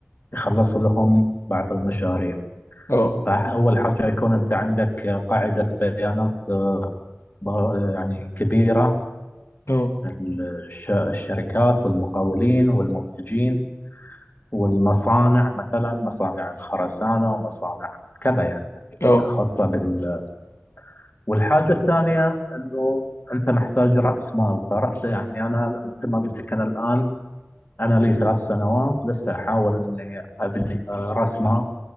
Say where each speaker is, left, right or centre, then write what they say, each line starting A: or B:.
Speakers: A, on the left; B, on the left.
A: يخلصوا لهم بعض المشاريع
B: اه
A: فأول حاجة يكون أنت عندك قاعدة بيانات آه، ض- يعني كبيرة
B: اه
A: من الش- الشركات والمقاولين والمنتجين والمصانع مثلا مصانع الخرسانة ومصانع كذا يعني اللي
B: اه
A: هي خاصة بال والحاجة الثانية أنه أنت محتاج رأس مال فرأس يعني أنا مثل ما قلت لك أنا الآن أنا لي ثلاث سنوات لسه أحاول أني أبني آه، رأس مال